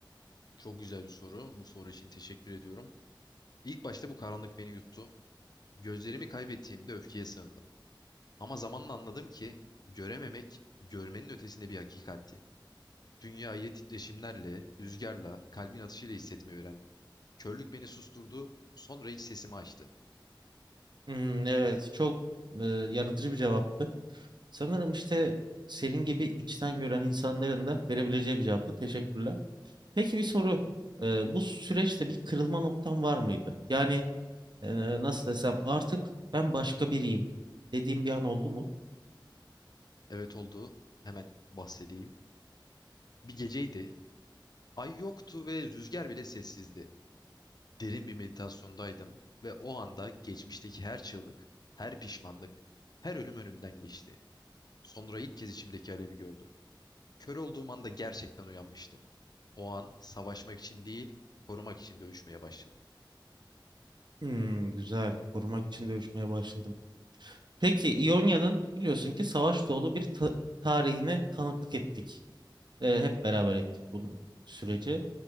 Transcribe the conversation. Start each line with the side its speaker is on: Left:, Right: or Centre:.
Left: Çok güzel bir soru. Bu soru için teşekkür ediyorum. İlk başta bu karanlık beni yuttu. Gözlerimi kaybettiğimde öfkeye sığındım. Ama zamanla anladım ki görememek görmenin ötesinde bir hakikatti. Dünyayı titreşimlerle, rüzgarla, kalbin atışıyla hissetmeyi öğrendim. Körlük beni susturdu, sonra iç sesimi açtı.
Right: Hmm, evet, çok e, yaratıcı bir cevaptı. Sanırım işte senin gibi içten gören insanların da verebileceği bir cevaptı. Teşekkürler. Peki bir soru. E, bu süreçte bir kırılma noktan var mıydı? Yani e, nasıl desem artık ben başka biriyim dediğim bir an oldu mu?
Left: Evet oldu, hemen bahsedeyim. Bir geceydi, ay yoktu ve rüzgar bile sessizdi. derin bir meditasyondaydım ve o anda geçmişteki her çığlık, her pişmanlık, her ölüm önümden geçti. Sonra ilk kez içimdeki alevi gördüm. Kör olduğum anda gerçekten uyanmıştım. O an savaşmak için değil, korumak için dövüşmeye başladım.
Right: Hmm, güzel. Korumak için dövüşmeye başladım. Peki İonya'nın biliyorsun ki savaş dolu bir ta- tarihine tanıklık ettik. Ee, hep beraber ettik bunu süreci.